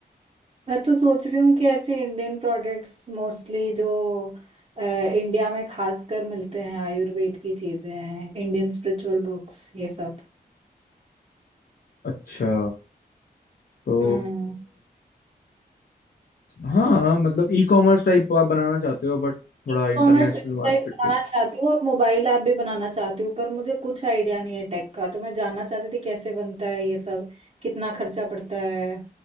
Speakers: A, on the right; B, on the left.
A: मैं तो सोच रही हूँ कि ऐसे इंडियन प्रोडक्ट्स मोस्टली जो अ, इंडिया में खासकर मिलते हैं आयुर्वेद की चीजें हैं इंडियन स्पिरिचुअल बुक्स ये सब
B: अच्छा तो
A: हम्म
B: हाँ मतलब ई कॉमर्स टाइप आप बनाना चाहते हो बट थोड़ा
A: ई
B: इंटरनेशनल
A: कॉमर्स वेबसाइट
B: मार्केट
A: बनाना
B: के लिए
A: चाहती हूँ और मोबाइल ऐप भी बनाना चाहती हूँ पर मुझे कुछ आइडिया नहीं है टेक का तो मैं जानना चाहती थी कैसे बनता है ये सब कितना खर्चा पड़ता है